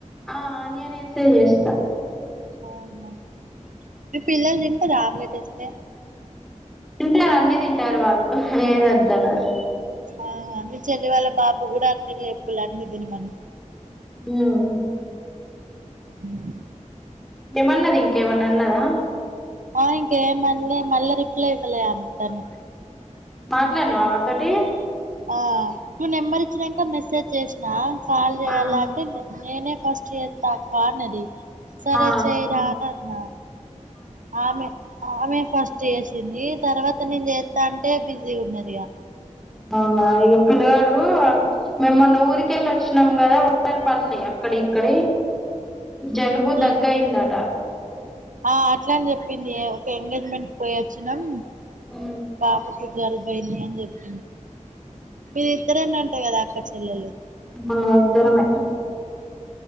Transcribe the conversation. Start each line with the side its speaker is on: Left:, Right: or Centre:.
Centre: ఆ ఆనియన్ వేసి చేస్తా
Right: ఆహా మీ పిల్లలు తింటరా ఆమ్లెట్ వేస్తే
Centre: తింటారు అన్ని తింటారు వాళ్ళు ఏది వద్దనరు
Right: ఆహా మీ చెల్లి వాళ్ళ బాబు కూడా అక్కడే చెప్పు అన్ని తినమని
Centre: ఉమ్
Right: హ్మ్
Centre: ఏమన్నాది ఇంకా ఏమన్నా అన్నదా
Right: ఆ ఇంకేం అనలే మళ్ళ రిప్లై ఇవ్వలే తను
Centre: మాట్లాడినావా ఆమె తోటి
Right: ఆ నంబర్ ఈచినక మసాజ్ చేసిన కాల్ చేయాల
Centre: ఆ
Right: అంటే నేనే ఫస్ చేస్తా అక్క అన్నది సరే
Centre: ఆ
Right: చేరానా అన్నా అమే ఆమే ఫస్ట్ చేసింది తర్వాత నేను చేస్తా అంటే బిజీ ఉన్నదిగా
Centre: అవునా ఇక పిల్లిగాడు మేమ్మొన్న ఊరికెళ్ళి వచ్చినాము కదా వాంటర్ పడలే అక్కడి ఇక్కడి జలుబు
Right: ఉమ్
Centre: దగ్గ అయిందట
Right: ఆ అట్లనే చెప్పింది ఒక ఎంగేజ్మెంట్ పోయొచ్చినం
Centre: ఉ
Right: బాబు కి జలుబు అయింది అని చెప్ మీరు ఇద్దరన్న అంటాయి కదా అక్క చెల్లెలు
Centre: అవును ఇద్దరమే